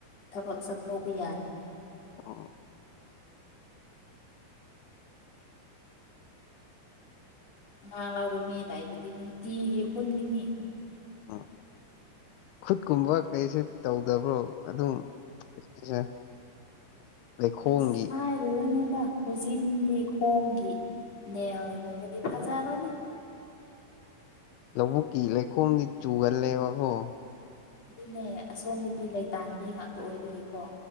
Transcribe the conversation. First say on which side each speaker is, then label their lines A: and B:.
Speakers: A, on the left; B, on the left.
A: ꯊꯕꯛ ꯆꯠꯊꯧꯕ ꯌꯥ
B: ꯑꯣ
A: ꯑꯉꯥꯡ ꯂꯧꯕ ꯃꯤ ꯂꯩꯕꯗꯤ ꯅꯨꯡꯇꯤꯒꯤ ꯈꯨꯟꯒꯅꯤ
B: ꯑꯥ ꯈꯨꯠꯀꯨꯝꯕ ꯀꯩꯁꯤ ꯇꯧꯗꯕ꯭ꯔꯣ ꯑꯗꯨꯝ <unintelligible> ꯂꯩꯈꯣꯝꯒꯤ
A: ꯑꯁ ꯍꯥꯏ ꯔꯣꯅꯣꯗ ꯈꯨꯖꯤꯟꯗꯤ ꯈꯣꯡꯒꯤ ꯅꯦꯜꯒꯨꯝꯕꯗꯤ ꯐꯖꯕꯅꯤ
B: ꯂꯧꯕꯨꯛꯀꯤ ꯂꯩꯈꯣꯝꯗꯤ ꯆꯨꯒꯜꯂꯦꯕꯀꯣ
A: ꯑꯗꯨꯅꯦ ꯑꯁꯣꯝꯗꯗꯤ ꯂꯩꯇꯥꯟꯕꯤ ꯉꯥꯛꯇ ꯑꯣꯏꯕꯒꯤꯀꯣ